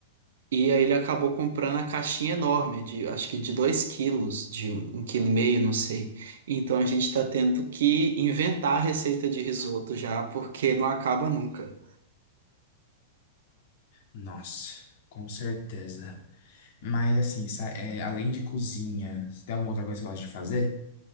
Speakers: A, on the right; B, on the left.
A: E aí ele acabou comprando a caixinha enorme, de acho que de 2 quilos, de um quilo e meio, não sei. Então a gente está tendo que inventar a receita de risoto já, porque não acaba nunca.
B: Nossa, com certeza. Mas assim, sa- é, além de cozinha, se tem alguma outra coisa que eu gosto de fazer?